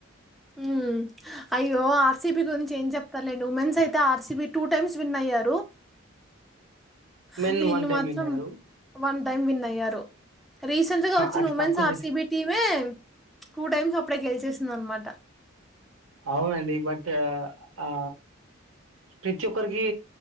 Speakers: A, in the centre; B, on the right.
A: ఉమ్ అయ్యో ఆర్ సి బి గురించి ఏం చెప్తార్లెండి ఉమెన్స్ అయితే R C B two times win అయ్యారు. హ్
B: మెన్
A: వీళ్ళు
B: వన్ టైమ్
A: మాత్రం
B: విన్నారు
A: వన్ టైం విన్ అయ్యారు. రీసెంట్ గా వచ్చిన
B: అట్లా
A: ఉమెన్స్
B: తక్కువ
A: ఆర్
B: చే
A: సి బీ టీమే టూ టైమ్స్ అప్పుడే గెల్చేసిందనమాట
B: అవునండి బట్ ఆ ప్రతి ఒక్కరికి